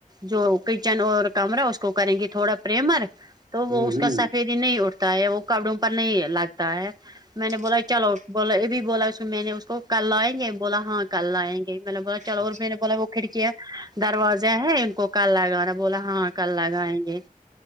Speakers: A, on the right (about 25°); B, on the right (about 55°).
A: جو کچن اور کمرا اس کو کریں گی تھوڑا پریمر تو وہ
B: ہوں
A: اس
B: ہوں
A: کا سفیدی نہیں اٹھتا ہے وہ کپڑوں پر نہیں لگتا ہے میں نے بولا
B: اچھا
A: چلو
B: اچھا
A: بولا یہ بھی بولا اس میں نے اس کو کل لائیں گے بولا ہاں کل لائیں گے میں نے بولا چلو
B: اچھا
A: اور میں نے بولا وہ کھڑکیا دروازہ ہے ان کو کل لگانا بولا ہاں کل لگائیں گے